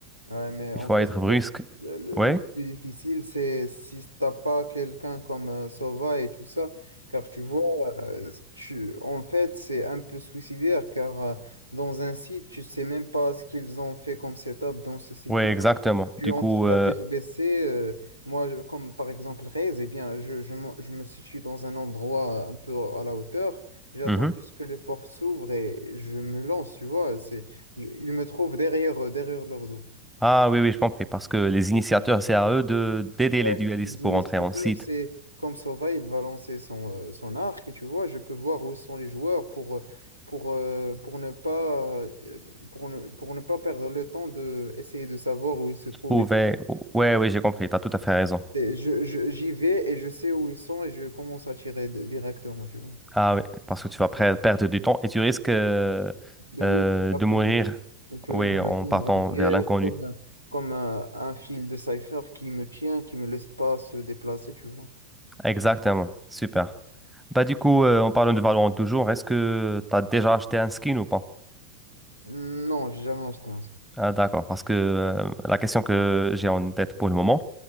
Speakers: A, on the right; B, in the centre.
A: Ouais, mais en
B: Il faut
A: fait,
B: être brusque.
A: le, le- le-
B: Oui,
A: le plus difficile, c'est si t'as pas quelqu'un comme euh, Sova et tout ça, car tu vois, euh, tu, en fait, c'est un peu suicidaire, car euh, dans un site, tu sais même pas ce qu'ils ont fait comme setup dans ce site-là.
B: oui, exactement.
A: Tu
B: Du
A: entres
B: coup,
A: la
B: euh,
A: tête baissée, euh, moi, je- comme par exemple Rez, eh bien, je, je, me je me situe dans un endroit un peu à la hauteur, j'attends
B: mhm.
A: juste que les portes s'ouvrent et je me lance, tu vois, c'est, je- ils me trouvent derrière, euh, derrière leur dos.
B: Ah oui, oui, je compris. Parce que les initiateurs, c'est à eux de d'aider
A: Ouais,
B: les dualistes
A: les
B: pour
A: initiateurs,
B: entrer en site.
A: c'est comme Sova, il va lancer son, euh, son arc, et tu vois, je peux voir où sont les joueurs pour, euh, pour, euh, pour ne pas, euh, pour ne, pour ne pas perdre le temps de essayer de savoir où ils se trouvent.
B: Oui,
A: et tout.
B: oui, j'ai compris. Tu as tout à fait raison.
A: Et je, je- j'y vais et je sais où ils sont et je commence à tirer d- directement, tu vois.
B: Ah oui, parce que tu vas pre- perdre du temps et tu risques euh,
A: De
B: euh,
A: mourir rapidement.
B: de mourir
A: Il peut
B: oui,
A: me
B: en
A: tendre
B: partant
A: un piège
B: vers l'inconnu.
A: comme, comme un, un fil de cipher qui me tient, qui me laisse pas se déplacer, tu vois.
B: Exactement, super. Bah du coup, euh, en parlant de Valorant toujours, est-ce que tu as déjà acheté un skin ou pas?
A: Non, j'ai jamais acheté un script.
B: Ah d'accord, parce que euh, la question que j'ai en tête pour le moment,